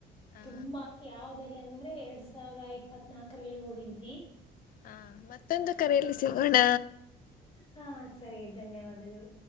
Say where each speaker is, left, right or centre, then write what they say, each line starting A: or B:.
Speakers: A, on the left; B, on the left.
A: ಹಾ
B: ತುಂಬಾ ಯಾವ್ದ ಇಲ್ಲಿ ಅಂದ್ರೆ ಎರಡ್ ಸಾವಿರ ಇಪ್ಪತ್ ನಾಲ್ಕರಲ್ಲಿ ಹೋಗಿದ್ವಿ
A: ಹಾ ಮತ್ತೊಂದು ಕರೆಯಲ್ಲಿ ಸಿಗೋಣ
B: ಹಾ ಸರಿ ಧನ್ಯವಾದಗಳು